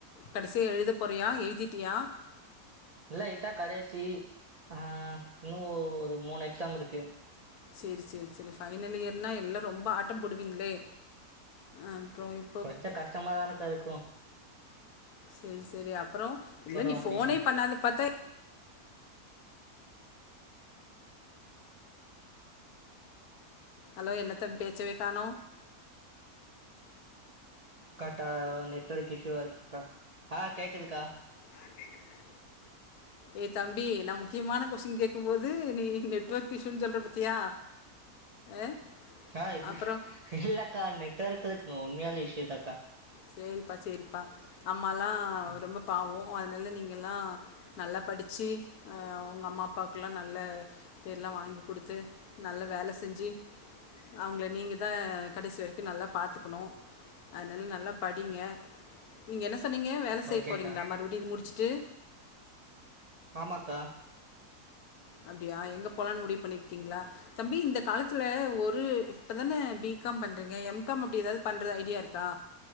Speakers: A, on the left; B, on the right.
A: கடைசியா எழுத போறியா எழுதிட்டியா
B: இல்ல இதா கடைசி ஆ இன்னு ஒரு மூணு எக்ஸாம் இருக்கு
A: செரி செரி செரி ஃபைனல் இயர்னா எல்லாம் ரொம்ப ஆட்டம் போடுவீங்களே அய்ம்ப்ரோவிங்
B: கொஞ்சம் கஷ்டமாதானேக்கா இருக்கும்
A: சேரி சேரி அப்றோ இல்ல நீ
B: அப்டின்னு
A: ஃபோனே பண்ணாத பாத்தா ஹலோ என்னத்த பேச்சவே கானோ
B: டாட்டா நெட்ஒர்க் இஷீவா இருக்குங்கா ஆ கேக்குது கா
A: ஆ கேக்குதுக்கா ஏ தம்பி நா முக்கியமான கொஸ்டின் கேட்கும்போது நீ நெட்ஒர்க் இஷுன்னு சொல்ற பாத்தியா அ
B: ஆ இல்
A: அப்புறோ
B: இல்லக்கா நெட்வர்க்கு உண்மயாலே இஷீதாக்கா
A: சேரிப்பா சேரிப்பா அம்மாலா
B: ம்
A: ரொம்ப பாவோ அதனால நீங்கல்லா நல்லா படிச்சி அ உங்க அம்மா அப்பாவுக்குல்லா நல்ல பேர்லா வாங்கி குடுத்து நல்லா வேல செஞ்சி அவுங்கள நீங்க தா கடைசி வரைக்கோ நல்லா பாத்துக்கணோ அதனா நல்லாப் படிங்க நீங்க என்ன சொன்னீங்க வேல செய்ய
B: ஓகேக்கா
A: போறீங்ளா மறுபடியு இது முடிச்சுட்டு
B: ஆமாக்கா
A: அப்டியா எங்க போலான் முடிவு பண்ணிருக்கீங்ளா தம்பி இந்த காலத்துல ஒரு இப்பதானே பி காம் பண்றீங்க எம் காம் அப்டி ஏதாது பண்ற ஐடியா இருக்கா